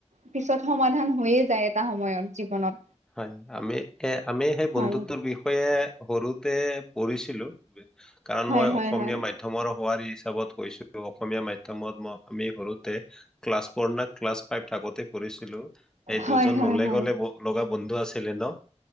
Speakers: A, on the right; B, in the centre.
A: পিছত সমাধান হৈয়ে যায় এটা সময়ত জীৱনত।
B: হয় আমি এ আমি সেই বন্ধুত্বৰ
A: হয়
B: বিষয়ে সৰুতে পঢ়িছিলো কাৰণ
A: হয়
B: মই
A: হয়
B: অসমীয়া
A: হয়
B: মাধ্যমৰ। বোৱাৰী হিচাপত কৈছো অসমীয়া মাধ্যমত মই আমি কৰোতে ক্লাছ প়না ক্লা ফাইভ থাকোতে পঢিছিলো এই
A: হয়
B: দুজন
A: হয়
B: নলে
A: হয়
B: গ'লে
A: হয়
B: লগা বন্ধু আছিলে ন